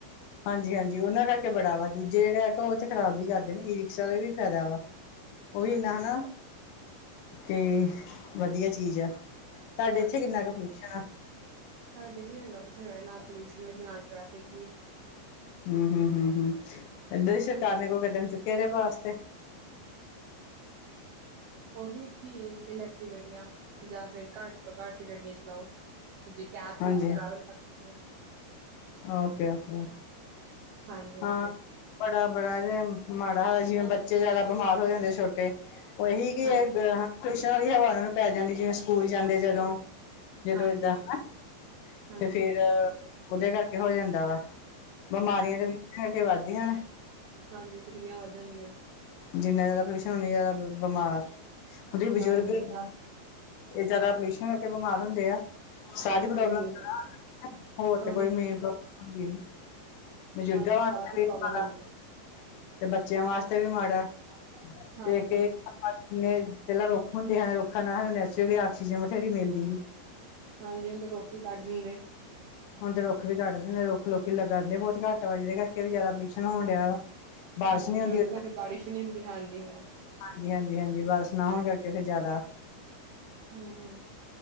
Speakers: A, on the left (about 80°); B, on the right (about 70°).
A: ਹਾਂਜੀ-ਹਾਂਜੀ ਉਹਨਾਂ ਕਰਕੇ ਬੜਾ ਵਾ ਦੂਜੇ ਜਿਹੜੇ ਆਟੋ ਓ ਤੇ ਖਰਾਬ ਵੀ ਕਰਦੇ ਨੇ ਈ ਰਿਕਸ਼ਾ ਦਾ ਵੀ ਫਾਇਦਾ ਵਾ ਉਹੀ
B: ਹਾਂਜੀ
A: ਨਾ-ਨਾ ਕਿ ਵਧੀਆ ਚੀਜ਼ ਆ।
B: ਹਾਂਜੀ
A: ਇੱਥੇ ਕਿੰਨਾ ਕੁ ਪੋਲਿਊਸ਼ਨ ਆ
B: ਸਾਡੇ ਵੀ ਹੈਗਾ ਬਥੇਰਾ ਨਾਲ ਪੋਲਿਊਸ਼ਨ ਵਿੱਚ ਨਾਲ ਟ੍ਰੈਫਿਕ ਵੀ
A: ਹੂੰ-ਹੂੰ-ਹੂੰ-ਹੂੰ ਇੱਦਾਂ ਦੀ ਸਰਕਾਰ ਨੇ ਕੋਈ ਕਦਮ ਚੁੱਕਿਆ ਏਦੇ ਵਾਸਤੇ
B: ਉਹੀ ਕੀ ਇਲੈਕਟ੍ਰਿਕ ਗੱਡੀਆਂ ਜਾਂ ਫਿਰ ਘੱਟ ਤੋਂ ਘੱਟ ਗੱਡੀ ਚਲਾਓ ਜੇ ਕੈਬ-ਕੁਬਸ
A: ਹਾਂਜੀ
B: ਕਰ ਸਕਦੇ।
A: ਓਕੇ-ਓਕੇ
B: ਹਾਂਜੀ-ਹਾਂਜੀ।
A: ਹਾਂ ਬੜਾ-ਬੜਾ ਜੇ ਮਾੜਾ ਜਿਵੇਂ ਬੱਚੇ ਜਿਆਦਾ ਬਿਮਾਰ ਹੋ ਜਾਂਦੇ ਛੋਟੇ ਉਹੀ ਕਿ
B: ਹਾਂਜੀ,
A: ਏਹ ਟਿਊਸ਼ਨ ਵਾਲੀ ਹਵਾ ਉਨ੍ਹਾਂ ਨੂੰ ਪੈ ਜਾਂਦੀ ਜਿਵੇਂ ਸਕੂਲ ਜਾਂਦੇ ਜਦੋਂ ਜਦੋਂ
B: ਹਾਂਜੀ,
A: ਇਦਾਂ ਨਾ
B: ਹਾਂਜੀ-ਹਾਂਜੀ।
A: ਤੇ ਫੇਰ ਉਹਦੇ ਕਰਕੇ ਹੋ ਜਾਂਦਾ ਵਾ ਬਿਮਾਰੀਆਂ
B: ਹਾਂ,
A: ਦੇ ਤਾਹੀ ਤੇ ਵਧਦੀਆਂ ਨੇ
B: ਹਾਂਜੀ ਉਹ ਤੇ ਕਿੰਨੀਆਂ ਵੱਧ ਜਾਣਦੀਆਂ।
A: ਜਿੰਨਾ ਜਾਦਾ ਪੋਲਿਊਸ਼ਨ ਉਨੇ ਜਾਦਾ ਬਿਮਾਰ ਉਦੇ 'ਚ ਬਜ਼ੁਰਗ
B: ਹਾਂਜੀ ਹਾਂ,
A: ਇਹ ਜਾਦਾ ਪੋਲਿਊਸ਼ਨ ਕਰਕੇ ਬਿਮਾਰ ਹੁੰਦੇ ਆ। ਸਾਰੀ
B: ਹਾਂਜੀ।
A: ਪ੍ਰੋਬਲਮ ਏਹਨਾ ਹੋਰ
B: ਉਹੀ
A: ਤੇ ਕੋਈ ਮੇਨ ਪ੍ਰੋਬ ਬਜ਼ੁਰਗਾਂ
B: ਹਾਂਜੀ
A: ਵਾਸਤੇ
B: ਸਾਹ ਦੀ ਪ੍ਰੋਬਲਮ
A: ਵੀ ਮਾੜਾ
B: ਆਂਦੀ ਐ।
A: ਤੇ ਬੱਚਿਆਂ ਵਾਸਤੇ ਵੀ ਮਾੜਾ
B: ਹਾਂਜੀ,
A: ਤੇ ਅਗੇ ਇਨੇ ਪਹਿਲਾਂ ਰੁੱਖ ਹੁੰਦੇ ਹਨ ਰੁੱਖਾਂ ਨਾਲ ਸਾਨੂੰ ਨੈਚੁਰਲੀ ਆਕਸੀਜਨ ਬਥੇਰੀ ਮਿਲਦੀ ਹੀ।
B: ਹਾਂਜੀ ਹੁਨ ਤੇ ਰੁੱਖ ਵੀ ਕਟ ਦਿੰਦੇ।
A: ਹੁਣ ਤੇ ਰੁੱਖ ਵੀ ਕਟ ਦਿੰਦੇ ਰੁੱਖ ਲੋਕੀ ਲਗਾਂਦੇ ਬਹੁਤ ਘੱਟ ਵਾ ਜਿਹਦੇ ਕਰਕੇ ਵੀ ਜ਼ਦਾ ਪਲਿਊਸ਼ਨ ਹੋਣ ਡਿਆ ਵਾ <inaudible>
B: ਹਾਂਜੀ ਫੇਰ
A: ਹੁੰਦੀ
B: ਉਹਦੇ ਕਰਕੇ ਬਾਰਿਸ਼ ਵੀ ਨੀ ਹੁੰਦੀ ਹਾਂਜੀ-ਹਾਂਜੀ।
A: ਹਾਂਜੀ-ਹਾਂਜੀ-ਹਾਂਜੀ ਬਾਰਿਸ਼ ਨਾ ਹੋਣ ਕਰਕੇ ਫਿਰ ਜਾਦਾ
B: ਹੂੰ, ਹੂੰ